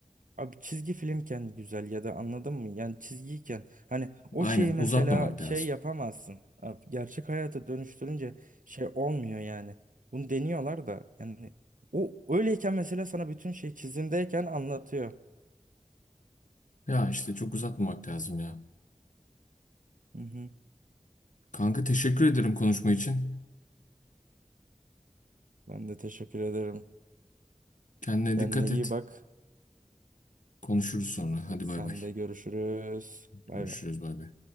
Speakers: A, on the right; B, on the left.
A: abi çizgi filmken güzel ya da anladın mı? Yani çizgiyken hani o
B: Aynen
A: şeyi mesela
B: uzatmamak
A: şey
B: lazım.
A: yapamazsın. Abi, gerçek hayata dönüştürünce şey olmuyor yani. Bunu deniyorlar da yani o öyleyken mesela sana bütün şey çizimdeyken anlatıyor.
B: Ya işte çok uzatmamak lazım ya.
A: Hı hı.
B: Kanka teşekkür ederim konuşma için.
A: Ben de teşekkür ederim.
B: Kendine
A: Kendine
B: dikkat
A: iyi
B: et.
A: bak.
B: Konuşuruz sonra.
A: Hadi
B: Hadi
A: Sen
B: bay bay.
A: de görüşürüz. Bay
B: Görüşürüz
A: bay.
B: bay bay.